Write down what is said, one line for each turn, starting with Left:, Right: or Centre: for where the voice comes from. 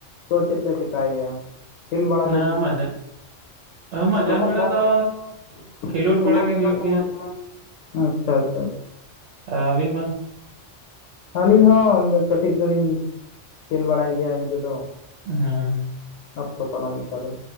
Left: ᱛᱚ ᱪᱮᱫ ᱯᱮ ᱪᱮᱠᱟᱭ ᱜᱮᱭᱟ? ᱠᱮᱞ ᱵᱟᱲᱟ
Right: ᱦᱮᱸ
Left: ᱠᱚ
Right: ᱢᱟᱡᱟᱜ
Left: <unintelligible> <unintelligible>
Right: ᱢᱟᱡᱟᱱ ᱵᱮᱲᱟ ᱫᱚ ᱠᱷᱮᱞᱳᱰ ᱵᱟᱲᱟ ᱜᱮ ᱦᱩᱭᱩᱜ
Left: ᱟᱪᱪᱷᱟ ᱟᱪᱪᱷᱟ
Right: ᱟᱵᱤᱱ <unintelligible>
Left: ᱟᱹᱞᱤᱧ ᱦᱚᱸ ᱠᱟᱹᱴᱤᱡ ᱫᱚᱞᱤᱧ ᱠᱷᱮᱞ ᱵᱟᱲᱟᱭ ᱜᱮᱭᱟ ᱤᱱᱠᱟᱹ ᱫᱚ ᱾
Right: ᱦᱮᱸ
Left: ᱚᱠᱛᱚ ᱯᱟᱨᱚᱢ ᱞᱮᱠᱟ ᱫᱚ